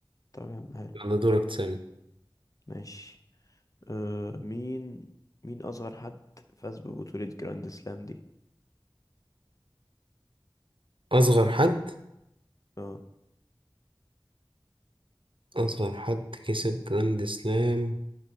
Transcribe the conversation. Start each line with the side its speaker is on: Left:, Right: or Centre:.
Left: طب يا عم حلو
Right: يلا دورك تسألني
Left: ماشي أه مين مين اصغر حد فاز ببطولة جراند سلام دي
Right: أصغر حد
Left: اه
Right: أصغر حد كسب جراند سلام